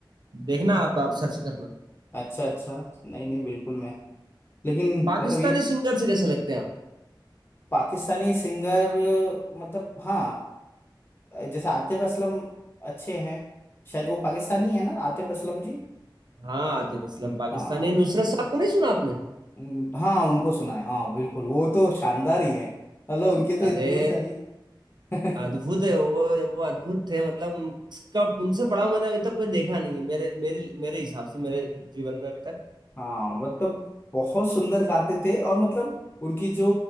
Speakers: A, on the right (about 60°); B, on the left (about 25°).
A: देखना आप आप सर्च करना
B: अच्छा अच्छा नहीं नहीं बिल्कुल मैं लेकिन
A: पाकिस्तानी
B: मतलब ये तो
A: सिंगर से कैसे लगते हैं आप
B: पाकिस्तानी सिंगर मतलब हाँ जैसे आतिफ असलम अच्छे हैं शायद वो पाकिस्तानी है ना आतिफ असलम जी
A: हाँ आतिफ असलम पाकिस्तानी
B: हाँ
A: नुसरत साहब को नहीं सुना आपने
B: उम, हाँ उनको सुना है हाँ बिल्कुल वो तो शानदार ही है मतलब उनके तो
A: अरे
B: इतनी सारी <laughs>
A: अद्भुत है वो वो अद्भुत थे मतलब उनका उनसे बड़ा मैंने अभी तक कोई देखा नहीं है मेरे मेरे मेरे हिसाब से मेरे जीवन में अभी तक
B: हाँ मतलब बहुत सुंदर गाते थे और मतलब उनकी जो